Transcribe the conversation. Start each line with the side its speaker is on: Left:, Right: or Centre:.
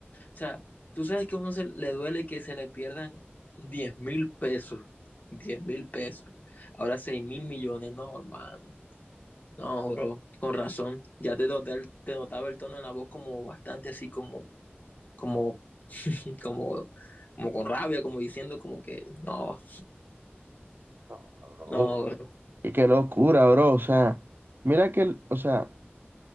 Left: O sea, tú sabes que a uno se le duele que se le pierdan 10 mil pesos. diez mil pesos. Ahora 6 mil millones. No, hermano. No, bro. Con razón. Ya te noté el- te notaba el tono en la voz como bastante así como, como, <laughs> como, como con rabia, como diciendo como que no,
Right: No, bro.
Left: no, bro.
Right: Y qué locura, bro. O sea, mira que, el- o sea,